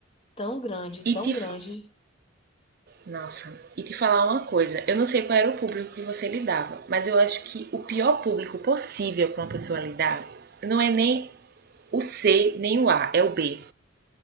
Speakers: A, on the left; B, on the right.
A: Tão grande, tão
B: E te.
A: grande.
B: fa- Nossa, e te falar uma coisa. Eu não sei qual era o público que você lidava, mas eu acho que o pior público possível para uma pessoa lidar não é nem o C, nem o A, é o B.